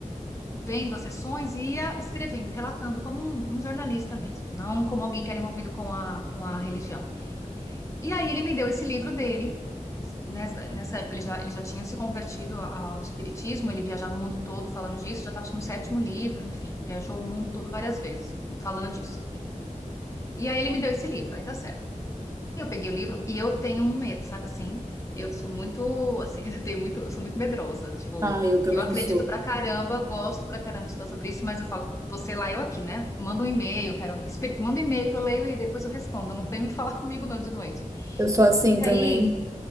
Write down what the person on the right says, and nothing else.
Ah, eu também
sou.
Eu sou assim
também.